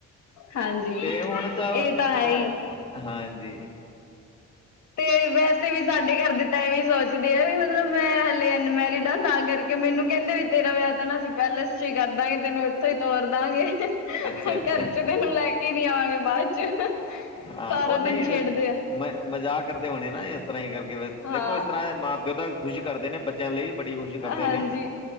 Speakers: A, on the left; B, on the left.
A: ਹਾਂਜੀ
B: ਤੇ ਹੁਣ ਤਾਂ
A: ਇਹ ਹੈ
B: ਤਾ
A: ਹੀ
B: ਹਾਂਜੀ।
A: ਤੇ ਵੈਸੇ ਵੀ ਸਾਡੇ ਘਰ ਦੇ ਤਾਂ ਐਵੇ ਸੋਚਦੇ ਆ ਵੀ ਮਤਲਬ ਮੈਂ ਹਲੇ ਅਨਮੈਰਿਡ ਆ ਤਾਂ ਕਰਕੇ ਮੈਨੂੰ ਕਹਿੰਦੇ ਵੀ ਤੇਰਾ ਵਿਆਹ ਤਾਂ ਨਾ ਅਸੀਂ ਪੈਲਿਸ ਚ ਹੀ ਕਰ ਦਾ ਗੇ ਤੈਨੂੰ ਇੱਥੋਂ ਹੀ ਤੋਰ ਦਾਂਗੇ,
B: ਅੱਛਾ
A: ਘਰ
B: ਅੱਛਾ
A: ਚ
B: ਅੱਛਾ
A: ਤੈਨੂੰ ਲੈ ਕੇ ਹੀ ਨੀ ਆਵਾਂਗੇ ਬਾਅਦ ਚ
B: ਹਾਂ
A: ਸਾਰਾ
B: ਉਹ ਨਹੀਂ
A: ਦਿਨ ਛੇੜਦੇ ਐ।
B: ਮ ਮਜ਼ਾਕ ਕਰਦੇ ਹੋਣੇ ਨਾ ਇਸ ਤਰ੍ਹਾਂ ਹੀ ਕਰਕੇ
A: ਹਾਂ
B: ਦੇਖੋ ਇਸ ਤਰ੍ਹਾਂ ਮਾਂ ਪਿਓ ਤਾਂ ਖੁਸ਼ੀ ਕਰਦੇ ਨੇ ਬੱਚੇ ਲਈ ਬੜੀ ਖੁਸ਼ੀ ਕਰਦੇ
A: ਹਾਂਜੀ
B: ਨੇ,